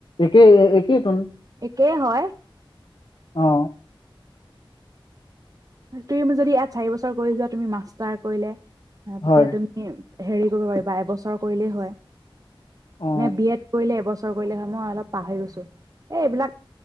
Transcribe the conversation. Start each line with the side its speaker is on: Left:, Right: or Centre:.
Left: একেই একেইতোন
Right: একেই হয়
Left: অ
Right: তুমি যদি ইয়াত চাৰি বছৰ কৰি যোৱা তুমি মাষ্টাৰ কৰিলে অ তেতিয়া
Left: হয়
Right: তুমি হেৰি কৰিব পাৰিবা এবছৰ কৰিলেই হয়
Left: অ
Right: নে বি এড কৰিলে এবছৰ কৰিলে হয় মই অলপ পাহৰি গৈছোঁ এই এইবিলাক